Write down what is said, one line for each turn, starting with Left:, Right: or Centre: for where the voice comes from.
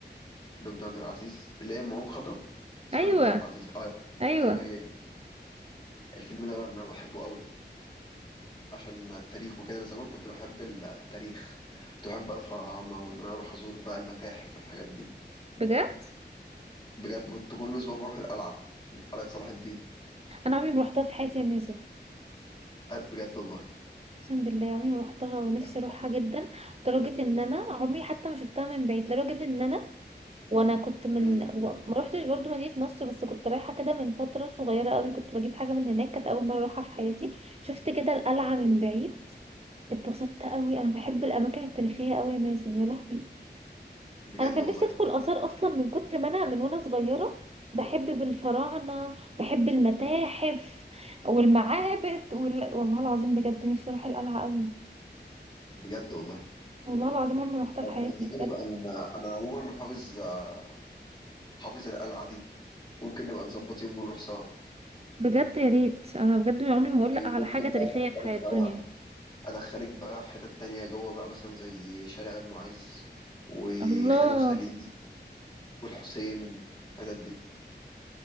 Left: لبنى عبد العزيز اللي هي أم عين خضرا اسمها
Right: ايوه
Left: لبنى عبد العزيز اه
Right: ايوه
Left: ايوه هي دي الفيلم ده بقى انا بحبه قوي عشان التاريخ وكده انا زمان كنت بحب التاريخ كنت بحب بقى الفراعنة وان انا اروح ازور بقى المتاحف والحاجات دي
Right: بجد
Left: بجد كنت كل اسبوع بروح القلعة قلعة صلاح الدين
Right: انا عمري ما روحتها في حياتي يا مازن
Left: أه، بجد والله
Right: اقسم بالله عمري ما روحتها ونفسي
Left: ده أنا-
Right: اروحها جدا لدرجة ان انا عمري حتى ما شفتها من بعيد لدرجة ان انا وانا كنت من
Left: أمم،
Right: و- ما روحتش برضو مدينة نصر بس كنت رايحة كده من فترة صغيرة قوي كنت بجيب حاجة من هناك كانت اول مرة اروحها في حياتي شفت كده القلعة من بعيد اتبسطت قوي انا بحب الاماكن التاريخية قوي يا مازن يا لهوي
Left: بجد
Right: انا كان
Left: والله
Right: نفسي ادخل اثار اصلا من كتر ما انا من وانا صغيرة بحب بالفراعنة بحب المتاحف والمعابد وال... والله العظيم بجد نفسي اروح القلعة قوي
Left: بجد والله
Right: والله العظيم عمري ما روحتها
Left: طب
Right: في حياتي
Left: ما تيجي
Right: بجد
Left: نبقى ن- انا عموما حافظ آه، حافظ القلعه دي ممكن نبقى نظبط يوم ونروح سوا
Right: بجد يا ريت انا بجد عمري ما هقول
Left: وممكن
Right: لا على حاجه تاريخيه
Left: بقى ادخلك
Right: في حياه
Left: بقى
Right: الدنيا
Left: ادخلك بقى حتت تانية جوه بقى مثلا زي شارع المعز وخان
Right: الله
Left: الخليلي والحسين الحتت دي